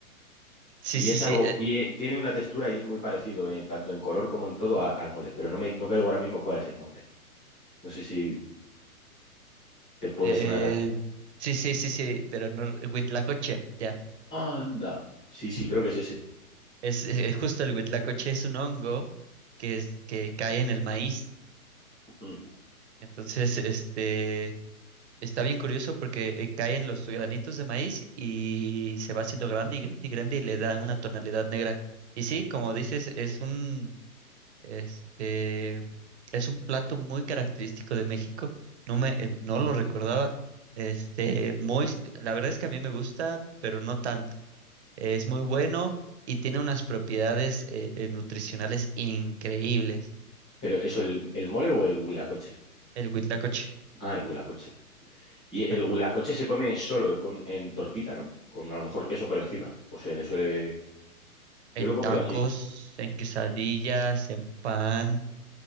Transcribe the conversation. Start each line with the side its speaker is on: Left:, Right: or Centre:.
Right: Sí,
Centre: y
Right: sí,
Centre: es
Right: sí.
Centre: algo,
Right: eh,
Centre: y eh, tiene una textura y es muy parecido, eh, tanto en color como en todo a- al mole, pero no me no caigo ahora mismo cuál es el nombre. No sé si te puede
Right: eh,
Centre: sonar a...
Right: sí, sí, sí, sí, pero no, Huitlacoche, ya.
Centre: ¡Anda! Sí, sí, creo que es ese.
Right: Es, es- es justo el huitlacoche, es un hongo que, es, que cae en el maíz.
Centre: Mm.
Right: Entonces, este, está bien curioso porque eh, cae en los granitos de maíz y se va haciendo grande y grande y grande y le da una tonalidad negra. Y sí, como dices, es un, este, es un plato muy característico de México. No me, eh, no lo recordaba. Este, muy, la verdad es que a mí me gusta, pero no tanto. Es muy bueno y tiene unas propiedades eh, eh, nutricionales increíbles.
Centre: Pero ¿eso el, el mole o el huilacoche?
Right: El huitlacoche.
Centre: Ah, el huelacoche. Y
Right: ajá.
Centre: el huelacoche se come solo con, en tortita, ¿no? Con a lo mejor queso por encima. O se le suele. Yo
Right: En
Centre: lo he comido
Right: tacos,
Centre: así.
Right: en quesadillas, en pan,